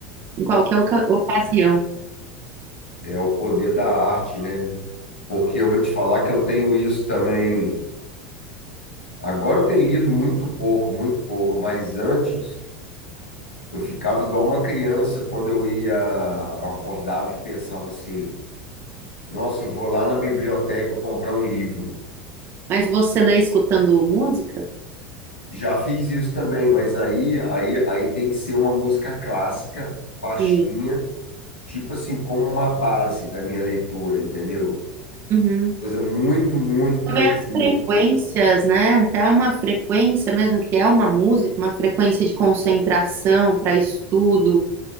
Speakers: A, on the right (about 40°); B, on the left (about 80°).
A: em qualquer oca- ocasião.
B: É é o poder da arte, né? Porque eu vou te falar que eu tenho isso também. Agora eu tenho lido muito pouco, muito pouco, mas antes. Eu ficava igual uma criança quando eu ia, eu acordava e pensava assim: nossa, eu vou lá na biblioteca comprar um livro.
A: Mas você lê escutando música?
B: Já fiz isso também, mas aí, aí, aí tem que ser uma música clássica, baixinha,
A: Isso.
B: tipo assim, como uma base da minha leitura, entendeu?
A: Uhum.
B: Coisa muito, muito
A: Também
B: tranquila.
A: as frequências, né? Até uma frequência mesmo que é uma música, uma frequência de concentração para estudo,